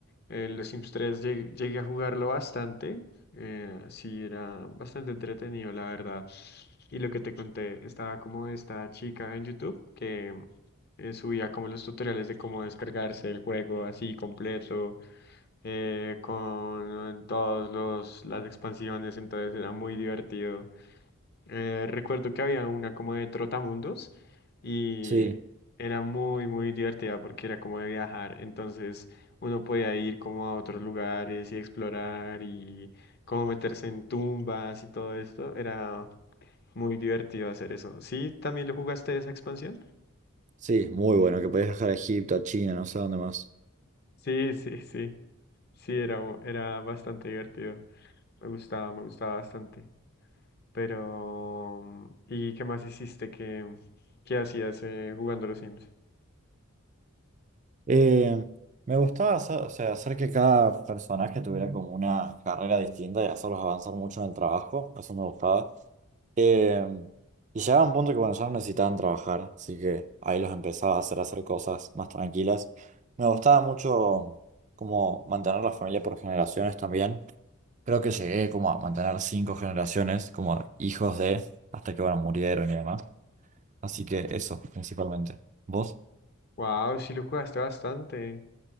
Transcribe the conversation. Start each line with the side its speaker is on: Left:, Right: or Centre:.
Left: eh, los Sims 3 lleg- llegué a jugarlo bastante. eh, sí, era bastante entretenido, la verdad. Y lo que te conté, estaba como esta chica en YouTube que eh, subía como los tutoriales de cómo descargarse el juego así completo eh, con todos los, las expansiones, entonces era muy divertido. Eh, recuerdo que había una como de Trotamundos y
Right: Sí,
Left: era muy, muy divertida porque era como de viajar, entonces uno podía ir como a otros lugares y explorar y como meterse en tumbas y todo esto, era muy divertido hacer eso. ¿Sí? ¿También lo jugaste esa expansión?
Right: sí, muy bueno, que podés viajar a Egipto, a China, no sé dónde más.
Left: Sí, sí, sí, sí, era, bu- era bastante divertido, me gustaba, me gustaba bastante. Pero, ¿y qué más hiciste? ¿Qué, qué hacías eh, jugando los Sims?
Right: Eh, me gustaba hacer, o sea, hacer que cada personaje tuviera como una carrera distinta y hacerlos avanzar mucho en el trabajo, eso me gustaba. Eh, y llegaba un punto que bueno, ya no necesitaban trabajar, así que ahí los empezaba a hacer hacer cosas más tranquilas. Me gustaba mucho como mantener la familia por generaciones también. Creo que llegué como a mantener cinco generaciones, como hijos de, hasta que bueno, murieron y demás. Así que eso, principalmente. ¿Vos?
Left: Wow, sí lo jugaste bastante.